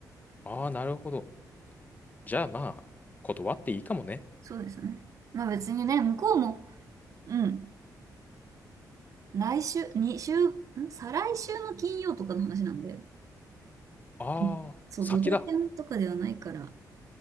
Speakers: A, on the left (about 25°); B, on the right (about 50°).
A: ああー、なるほど。じゃあまあ、断っていいかもね。
B: そうですね。まあ別にね、向こうも、うん。来週、2週、ん再来週の金曜とかの話なんで、
A: ああ、
B: うんそう、
A: 先だ。
B: ドタキャンとかではないから、